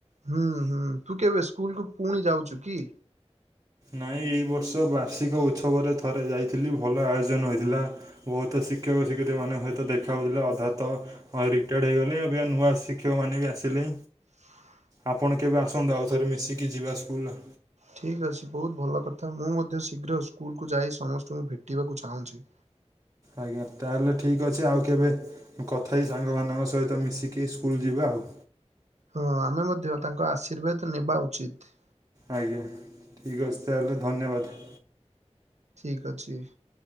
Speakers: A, on the right (about 85°); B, on the right (about 30°).
A: ହୁଁ ହୁଁ ତୁ କେବେ ସ୍କୁଲ କୁ ପୁଣି ଯାଉଚୁ କି?
B: ନାଇଁ ଏଇ ବର୍ଷ ବାର୍ଷିକ ଉତ୍ସବରେ ଥରେ ଯାଇଥିଲି ଭଲ ଆୟୋଜନ ହୋଇଥିଲା ବୋହୁତ ଶିକ୍ଷକ ଶିକ୍ଷତ୍ରୀ ମାନେ ସହିତ ଦେଖା ହୋଉଥିଲା ଅଧା ତ ରିଟାର୍ଡ଼ ହେଇଗଲେ ଅବିକା ନୂଆ ଶିକ୍ଷକମାନେ ବି ଆସି ଥିଲେ।
A: ହଁ <unintelligible>
B: ଆପଣ କେବେ ଆସନ୍ତୁ ଆଉ ଥରେ ମିଶିକି ଯିବା ସ୍କୁଲ।
A: ଠିକ ଅଛି ବହୁତ ଭଲ କଥା ମୁଁ ମଧ୍ୟ ଶୀଘ୍ର ସ୍କୁଲକୁୁ ଯାଇ ସମସ୍ତଙ୍କୁ ଭେଟିବାକୁ ଚାହୁଁଛି।
B: ଆଜ୍ଞା ତାହେଲେ ଠିକ୍ ଅଛି ଆଉ କେବେ କଥା ହେଇ ସାଙ୍ଗମାନାନଙ୍କ ସହିତ ମିଶିକି ସ୍କୁଲ ଯିବା। ଆଉ।
A: ହଁ ଆମେ ମଧ୍ୟ ତାଙ୍କ ଆଶୀର୍ବାଦ ନେବା ଉଚିତ।
B: ଆଜ୍ଞା ଠିକ୍ ଅଛି ତାହେଲେ ଧନ୍ୟବାଦ।
A: ଠିକ ଅଛି